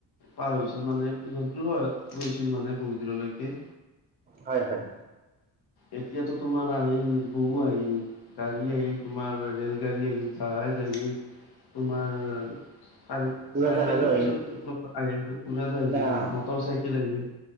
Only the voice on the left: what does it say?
পাৰ হৈছিল, মানে জন্তুৰ সহায়ত গৈছিল মানে বহুত দূৰলৈকে।
এতিয়াতো তোমাৰ আহিল বহু আহিল গাড়ী আহিল, তোমাৰ ৰেল গাড়ী আহিল তাৰ <unintelligible> তোমাৰ চাৰ -চাৰকেলটো
পিছত ওপৰত আহিল, উজাতে আহিল
মটৰ- চাইকেল আহিল।